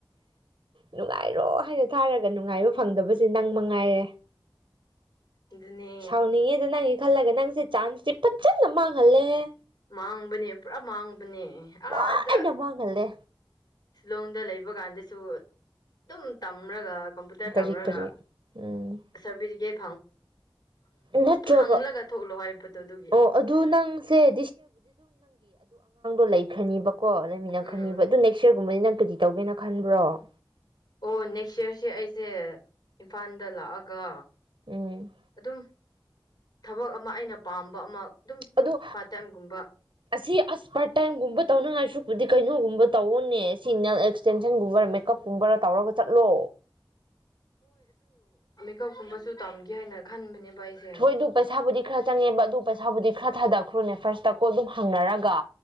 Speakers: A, on the right; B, on the left.
A: ꯅꯨꯡꯉꯥꯏꯔꯣ ꯍꯥꯏꯅ ꯊꯥꯔꯒ ꯅꯨꯡꯉꯥꯏꯕ ꯐꯪꯗꯕꯁꯦ ꯅꯪ ꯃꯉꯥꯏꯔꯦ
B: ꯑꯗꯨꯅꯦ
A: ꯁꯥꯎꯅꯤꯡꯉꯦꯗ ꯅꯪꯒꯤ ꯈꯜꯂꯒ ꯅꯪꯁꯦ ꯆꯥꯟꯁꯇꯤ ꯐꯖꯅ ꯃꯥꯡꯍꯜꯂꯦꯍꯦ
B: ꯃꯥꯡꯕꯅꯤ ꯄꯨꯔꯥ ꯃꯥꯡꯒ ꯅꯦ
A: ꯂꯣꯏꯅ
B: ꯑꯗ
A: ꯃꯥꯡꯍꯜꯂꯦ
B: ꯁꯤꯂꯣꯡꯗ ꯂꯩꯕ ꯀꯥꯟꯗꯁꯨ ꯑꯗꯨꯝ ꯇꯝꯔꯒ ꯀꯝꯄꯨꯇꯔ
A: ꯀꯔꯤ
B: ꯇꯝꯔꯒ
A: ꯀꯔꯤ ꯎꯝ
B: ꯁꯥꯔꯇꯤꯐꯤꯀꯦꯠ
A: ꯅꯠꯇ꯭ꯔꯒ
B: ꯐꯪꯂꯒ ꯊꯣꯛꯂꯣ ꯍꯥꯏꯕꯗꯣ ꯑꯗꯨꯒꯤ
A: ꯑꯣ ꯑꯗꯨ ꯅꯪꯁꯦ ꯂꯩ ꯈꯅꯤ ꯀꯣ ꯂꯩꯃꯤꯟꯅ ꯈꯟꯅꯤꯕ
B: ꯎꯝ
A: ꯑꯗꯨ ꯅꯦꯛꯁ ꯌꯔꯒꯨꯝꯕꯗꯤ ꯅꯪ ꯀꯗꯤ ꯇꯧꯒꯦꯅ ꯈꯟꯕ꯭ꯔꯣ
B: ꯑꯣ ꯅꯦꯛꯁ ꯏꯌꯥꯔꯁꯦ ꯑꯩꯁꯦ ꯏꯝꯐꯥꯜꯗ ꯂꯥꯛꯑꯒ
A: ꯎꯝ
B: ꯑꯗꯨꯝ ꯊꯕꯛ ꯑꯃ ꯑꯩꯅ ꯄꯥꯝꯕ ꯑꯃ ꯑꯗꯨꯝ
A: ꯑꯣ
B: ꯄꯥꯔꯠ ꯇꯥꯏꯝꯒꯨꯝꯕ
A: ꯑꯁꯤ ꯑꯁ ꯄꯔꯠ ꯇꯥꯏꯝꯒꯨꯝꯕ ꯇꯧꯅꯉꯥꯏ ꯁꯛꯄꯗꯤ ꯀꯩꯅꯣꯒꯨꯝꯕ ꯇꯧꯋꯅꯦ ꯁꯤ ꯅ ꯑꯦꯛꯁꯇꯦꯟ ꯟꯒꯨꯝꯕ ꯃꯦꯀꯞꯀꯨꯝꯕꯔ ꯇꯧꯔꯒ ꯆꯠꯂꯣ
B: ꯄꯤꯀꯞ ꯀꯨꯝꯕꯁꯨ ꯇꯝꯒꯦ ꯍꯥꯏꯅ ꯈꯟꯕꯅꯦꯕ ꯑꯩꯁꯦ
A: ꯍꯣꯏ ꯑꯗꯨ ꯄꯩꯁꯥꯕꯨꯗꯤ ꯈꯔ ꯆꯪꯉꯦꯕ ꯑꯗꯨ ꯄꯩꯁꯥꯕꯨꯗꯤ ꯈꯔ ꯊꯥꯗꯈ꯭ꯔꯣꯅꯦ ꯐꯥꯔꯁ ꯇ ꯀ ꯑꯗꯨꯝ ꯍꯪꯅꯔꯒ